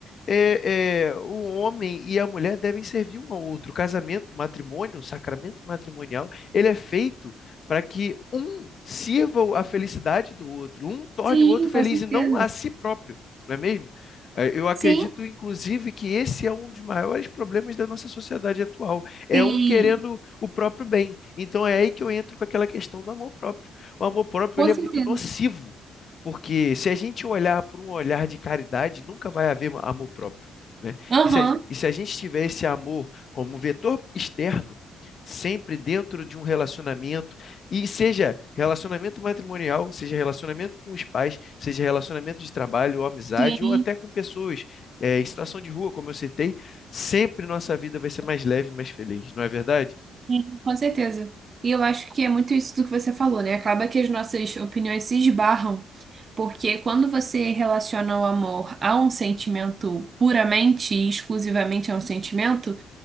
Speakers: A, on the left; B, on the right.
A: é, é, o homem e a mulher devem servir um ao outro. O casamento, o matrimônio, o sacramento matrimonial, ele é feito para que um sirva a felicidade do outro, um torne
B: Sim,
A: o outro feliz
B: com certeza.
A: e não a si próprio, não é mesmo? Eh, Eu acredito,
B: Sim,
A: inclusive, que esse é um dos maiores problemas da nossa sociedade atual. É
B: sim,
A: um querendo o próprio bem. Então é aí que eu entro com aquela questão do amor próprio. O amor próprio,
B: com
A: ele
B: certeza.
A: é muito nocivo. Porque se a gente olhar por um olhar de caridade, nunca vai haver amor próprio, né?
B: Aham.
A: E se a, e se a gente tiver esse amor como vetor externo, sempre dentro de um relacionamento, e seja relacionamento matrimonial, seja relacionamento com os pais, seja relacionamento de trabalho ou amizade,
B: Sim.
A: ou até com pessoas eh, em situação de rua, como eu citei, sempre nossa vida vai ser mais leve, mais feliz, não é verdade?
B: Sim, com certeza. E eu acho que é muito isso do que você falou, né? Acaba que as nossas opiniões se esbarram, porque quando você relaciona o amor a um sentimento puramente e exclusivamente a um sentimento,